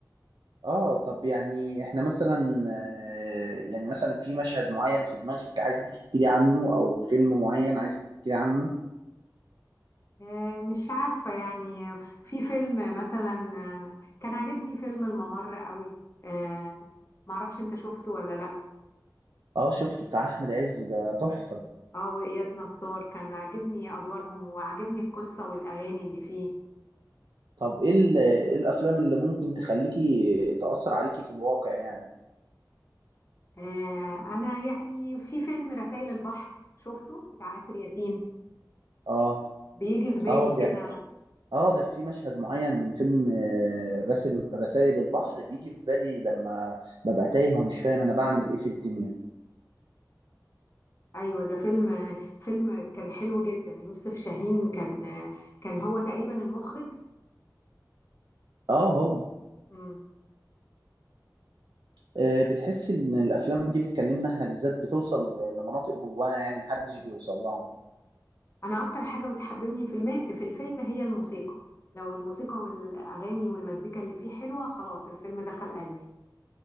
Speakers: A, on the right (about 80°); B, on the left (about 40°).
A: اه طب يعني احنا مثلا آه، يعني مثلا في مشهد معين في دماغك عايزة تحكي لي عنه او فيلم معين عايزة تحكي لي عنه
B: آه، مش عارفة يعني في فيلم مثلا آه، كان عاجبني فيلم الممر قوي آه، معرفش انت شفته ولا لا
A: اه شفته بتاع احمد عز ده تحفة
B: اه وإياد نصار كان عاجبني ادوارهم وعاجبني القصة والاغاني اللي فيه
A: طب ايه ال- إيه الافلام اللي ممكن تخليكي تأثر عليكي في الواقع يعني
B: آه، انا يعني في فيلم رسائل البحر شفته بتاع آسر ياسين
A: اه
B: بيجي في بالي
A: اه
B: كده
A: يعني اه ده في مشهد معين من فيلم آه، رسل رسائل البحر بيجي في بالي لما ببقى تايه ومش فاهم انا بعمل ايه في الدنيا
B: ايوه ده فيلم فيلم كان حلو جدا يوسف شاهين كان كان هو تقريبا المخرج
A: اه هو
B: مم.
A: آه، بتحس ان الافلام دي بتكلمنا احنا بالذات بتوصل ل- لمناطق جوانا يعني محدش بيوصل لها
B: انا اكتر حاجه بتحببني في الم... في الفيلم هي الموسيقى لو الموسيقى والاغاني والمزيكا اللي فيه حلوه خلاص الفيلم دخل قلبي